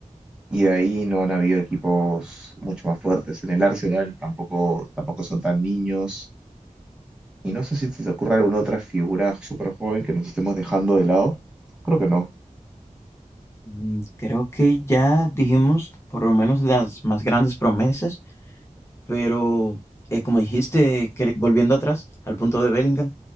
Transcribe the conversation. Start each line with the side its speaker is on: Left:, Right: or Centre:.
Centre: Y de ahí no han habido equipos mucho más fuertes. En el Arsenal tampoco, tampoco son tan niños. Y no sé si se te ocurre alguna otra figura súper joven que nos estemos dejando de lado. Creo que no.
Left: Mm, Creo que ya dijimos por lo menos las más grandes promesas, pero eh, como dijiste, cre- volviendo atrás al punto de Bellingham,